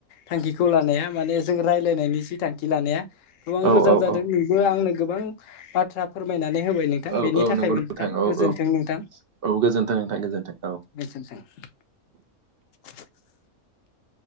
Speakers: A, on the left; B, on the right.
A: थांखिखौ लानाया माने जों रायज्लायनायनि जि थांखि लानाया गोबां
B: औ
A: मोजां
B: औ
A: जादों
B: औ
A: बेबो आंनो गोबां बाथ्रा फोरमायनानै होबाय नोंथां
B: औ
A: बेनि
B: औ
A: थाखायबो
B: नंगौ
A: नोंथां
B: औ
A: गोजोन्थों
B: औ
A: नोंथां
B: औ गोजोनथों नोंथां गोजोन्थों औ
A: गोजोन्थों <inaudible>